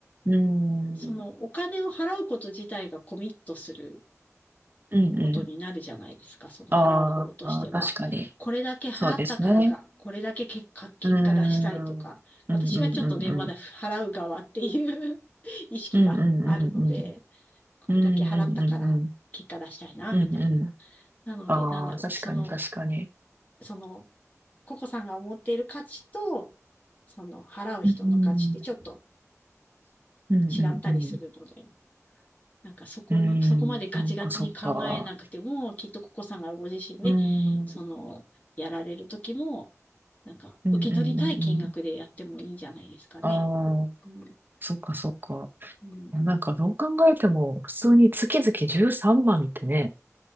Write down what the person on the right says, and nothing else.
うん。
うんうん。
ああ、確かに。
そうですね。
うーん。うんうんうんうん。
うんうんうんうん。
うんうんうんうん。うんう
ん。ああ、
確かに確かに。
うん。うんうんうん。
うん、
そうかそうか。
うん。
うん
うんうんうん。ああ、
そっかそっか。
いや、
なんかどう考えても、普通に月々13万ってね、